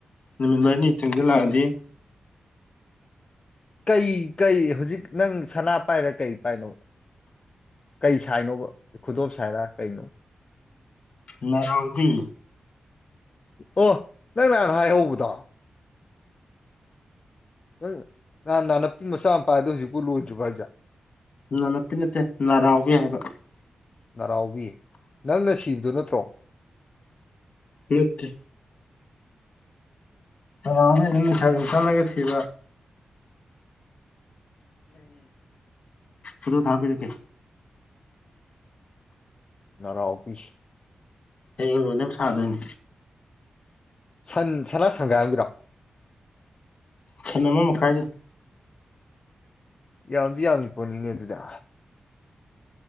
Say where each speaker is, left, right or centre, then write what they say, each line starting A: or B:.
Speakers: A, on the left; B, on the left.
A: ꯅꯨꯃꯤꯠ ꯃꯅꯤ ꯆꯪꯒꯂꯗꯗꯤ
B: ꯀꯩ ꯀꯩ ꯍꯧꯖꯤꯛ ꯅꯪ ꯁꯅꯥ ꯄꯥꯏꯔꯦ ꯀꯩ ꯄꯥꯏꯅꯣ ꯀꯩ ꯁꯥꯏꯅꯣꯕ ꯈꯨꯗꯣꯞ ꯁꯥꯏꯔꯥ ꯀꯩꯅꯣ
A: ꯂꯔꯥꯡꯕꯤ
B: ꯑꯣ ꯅꯪ ꯅꯍꯥꯟ ꯍꯥꯏꯍꯧꯕꯗꯣ ꯅꯍꯥꯟ ꯅꯅꯥꯟꯅꯄꯤ ꯃꯆꯥ ꯃꯄꯥꯥꯏꯗꯣ ꯍꯧꯖꯤꯛꯄꯨ ꯂꯣꯏꯗ꯭ꯔꯤꯕ ꯍꯥꯏꯁꯦꯠ
A: ꯅꯥ ꯅꯄꯤ ꯅꯠꯇꯦ ꯅꯥꯔꯥꯎꯕ ꯌꯥ ꯍꯥꯏꯕ
B: ꯅꯔꯥꯎꯕꯤ ꯅꯪꯅ ꯁꯤꯕꯗꯨ ꯅꯠꯇ꯭ꯔꯣ
A: ꯅꯠꯇ ꯅꯥ ꯏ ꯁ ꯏ ꯀꯅꯒ ꯁꯤꯗ ꯑꯗꯨꯗ ꯊꯥꯕꯤꯔꯛꯀꯦ
B: ꯅꯔꯥ ꯑꯣꯐꯤꯁ
A: ꯍꯌꯦ ꯂꯣꯏꯅꯦ ꯁꯥꯗꯅꯤ
B: ꯁꯟ ꯁꯅꯥ ꯁꯪꯒꯥꯏꯥꯡꯕꯤꯔꯣ
A: ꯁꯟ ꯑꯃ ꯃꯈꯥꯏꯗ
B: ꯌꯥꯝꯁꯨ ꯌꯥꯝꯃꯤꯄꯣꯅꯤꯅꯦ ꯑꯗꯨꯗ